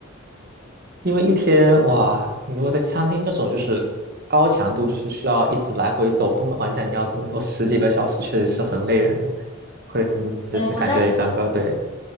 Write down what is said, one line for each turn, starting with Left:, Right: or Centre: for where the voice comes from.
Right: 因为一天哇，你如果在餐厅这种就是高强度，就是需要一直来回走动的环境下，你要工作十几个小时，确实是很累人的，会就是感觉一整个对，
Left: 哎，我当时。